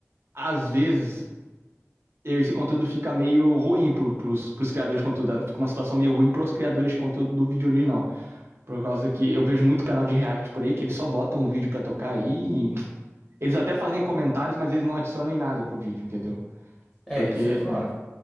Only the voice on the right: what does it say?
às vezes eu- esse conteúdo fica meio ruim pro, pros, pros criadores de conteúdo. Fica uma situação meio ruim pros criadores de conteúdo do vídeo original. Por causa que eu vejo muito canal de React por aí que eles só botam um vídeo pra tocar aí. e- Eles até fazem comentários, mas eles não adicionam em nada pro vídeo, entendeu?
Porque.
é.